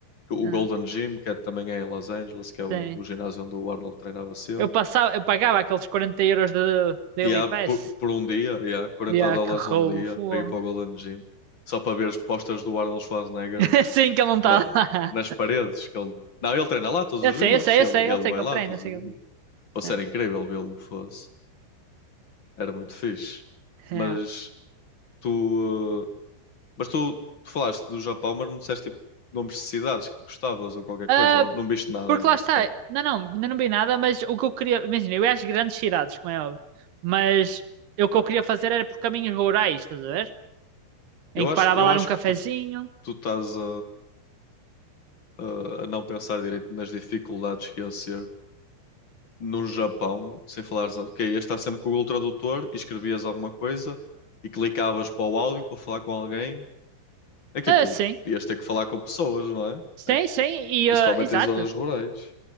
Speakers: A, on the left; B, on the right.
A: O
B: Ah,
A: Golden Gym, que é- também é em Los Angeles, que é o,
B: sim.
A: o ginásio onde o Arnold treinava sempre.
B: Eu passava, eu pagava aqueles quarenta euros de Daily
A: E há
B: Pass.
A: por, por um dia, e há 40
B: E ah,
A: dólares
B: que roubo,
A: um dia
B: fogo.
A: para ir para o Golden Gym, só para ver as postas do Arnold Schwarzenegger
B: <laughs> Sim, que ele não está
A: na-
B: lá.
A: nas paredes. Que ele... Não, ele treina lá todos
B: Eu
A: os
B: sei,
A: dias,
B: eu sei,
A: ele,
B: eu sei, eu
A: ele
B: sei
A: vai
B: que ele
A: lá
B: treina,
A: todos
B: eu sei
A: os dias.
B: que ele.
A: Fosse
B: Ah.
A: era incrível vê-lo, fosse. Era muito fixe. Mas
B: É.
A: tu, eh, mas tu, tu falaste do Japão, mas não disseste tipo, nomes de cidades que gostavas ou qualquer
B: Ah,
A: coisa, ou não viste nada
B: porque
A: ainda
B: lá está.
A: sequer.
B: Não, não, ainda não vi nada, mas o que eu queria. Imagina, eu ia às grandes cidades, como é óbvio. Mas eu, o que eu queria fazer era por caminhos rurais, estás a ver?
A: Eu
B: Em que
A: acho,
B: parava
A: eu
B: lá
A: acho
B: num cafezinho.
A: que tu, tu estás a, a, a não pensar direito nas dificuldades que iam ser no Japão, sem falares, ok, ias estar sempre com o Google Tradutor e escrevias alguma coisa e clicavas para o áudio para falar com alguém. É que,
B: Ah,
A: tipo,
B: sim.
A: ias ter que falar com pessoas, não é?
B: Sim,
A: É,
B: sim. E,
A: Principalmente
B: ah, exato.
A: em zonas rurais.